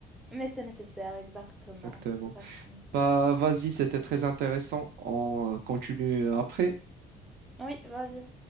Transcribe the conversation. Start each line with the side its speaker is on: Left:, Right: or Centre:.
Centre: Mais c'est nécessaire, exactement.
Right: exactement.
Centre: Exactement.
Right: Bah, vas-y, c'était très intéressant. On euh, continue après.
Centre: Oui, vas-y.